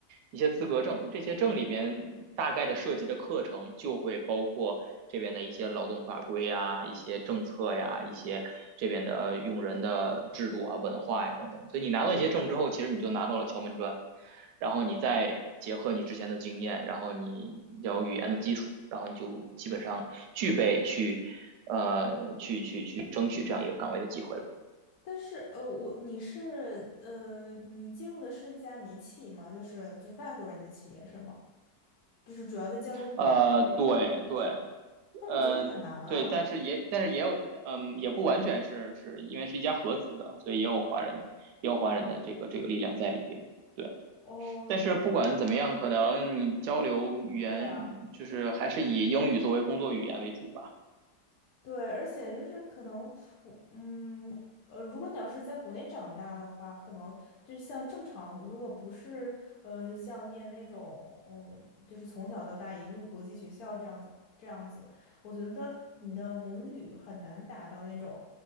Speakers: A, on the right; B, on the left.
A: 一些资格证。这些证里面大概的涉及的课程就会包括这边的一些劳动法规呀、一些政策呀、一些这边的用人的制度啊、文化呀等等。所以你拿到一些证之后，其实你就拿到了敲门砖。然后你再结合你之前的经验，然后你有语言的基础，然后你就基本上具备去，呃，去去去争取这样一个岗位的机会了。
B: 但是呃，我你是呃，你进入的是一家民企吗？就是就是外国人的企业是吗？就是主要的交流语言是那
A: 呃，对对，嗯、
B: 我觉得很难啊。
A: 呃对，但是也但是也有，嗯，也不完全是是因为是一家合资的，所以也有华人也有华人的这个这个力量在里边。对，
B: 哦，
A: 但是不管怎么样，可能你交流语言就是还是以英语作为工作语言为主吧。
B: 对啊。对，而且就是可能我嗯呃，如果你要是在国内长大的话，可能就是像正常，如果不是呃像念那种嗯，就是从小到大一路国际学校这样子这样子，我觉得你的母语很难达到那种，